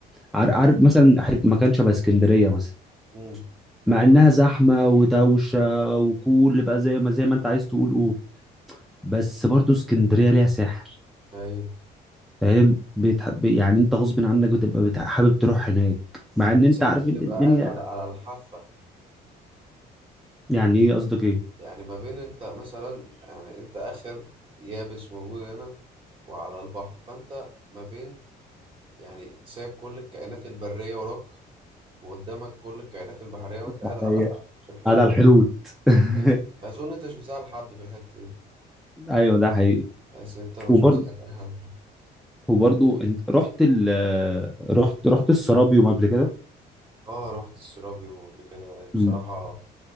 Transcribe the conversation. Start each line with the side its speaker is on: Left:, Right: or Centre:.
Centre: عار-
Right: طب-
Centre: عارف مثلا حت- مكان شبه اسكندريه مثلا
Right: امم
Centre: مع انها زحمه ودوشه وكل بقى زي ما زي ما انت عايز تقول قول بس برضو اسكندريه ليها سحر
Right: ايوه
Centre: فاهم بتح... ب- يعني انت غصب عنك بتبقى بتح... حابب تروح هناك مع ان
Right: بس
Centre: انت
Right: انت
Centre: عارف
Right: بتبقى
Centre: ان الدنيا
Right: قاعد على على الحافه
Centre: يعني ايه قصدك ايه
Right: يعني ما بين انت مثلا يعني انت اخر يابس موجود هنا وعلى البحر فانت ما بين يعني سايب كل الكائنات البريه وراك وقدامك كل الكائنات البحريه وانت
Centre: <laughs> ده
Right: قاعد على
Centre: حقيقة
Right: في الحدود
Centre: على الحدود <laughs>
Right: فاهم اظن انت مش بتزعل حد في الحته دي
Centre: ايوه ده حقيقي
Right: بس انت مش
Centre: وبرضو
Right: بتزعل اي حد
Centre: وبرضو انت رحت ال رحت رحت السرابيوم قبل كده
Right: اه رحت السيرابيوم قبل كده
Centre: مم.
Right: بصراحه